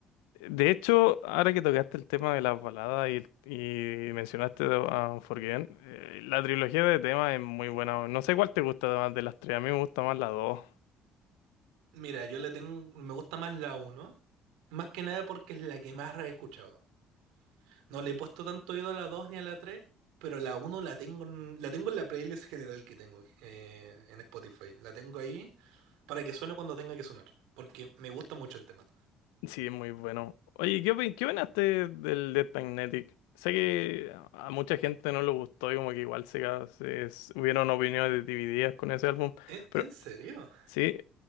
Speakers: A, on the left (about 85°); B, on the right (about 85°).
A: De hecho, ahora que tocaste el tema de las baladas y, y mencionaste a Unforgiven, eh, la trilogía de temas es muy buena. weón. No sé cuál te gusta más de las tres, a mí me gusta más la dos.
B: Mira, yo le tengo, me gusta más la uno, más que nada porque es la que más he escuchado. No le he puesto tanto oído a la 2 ni a la tres pero la uno la tengo en, la tengo en la playlist general que tengo eh, en Spotify. La tengo ahí para que suene cuando tenga que sonar, porque me gusta mucho el tema.
A: Sí, es muy bueno. Oye, ¿qué, opin- qué opinaste del Death Magnetic? Sé que a mucha gente no le gustó y como que igual se, ca- se- s- hubieron opiniones divididas con ese álbum,
B: ¿En,
A: pero
B: en serio?
A: sí.